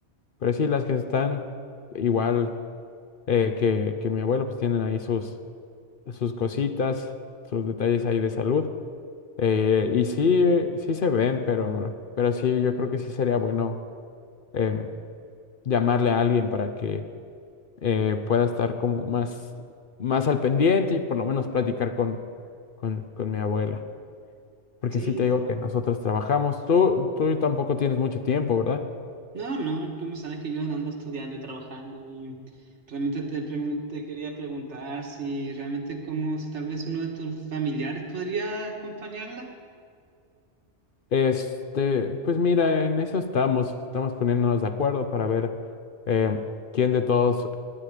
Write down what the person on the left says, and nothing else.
Pero sí, las que están igual eh, que, que mi abuelo, pues tienen ahí sus, sus cositas, sus detalles ahí de salud. Eh, y sí, sí se ven, pero, pero sí, yo creo que sí sería bueno em, llamarle a alguien para que eh, pueda estar como más, más al pendiente y por lo menos platicar con, con, con mi abuela. Porque
sí te digo que nosotros trabajamos. Tú, tú tampoco tienes mucho tiempo, ¿verdad?
Este, pues mira, en eso estamos, estamos poniéndonos de acuerdo para ver eh, quién de todos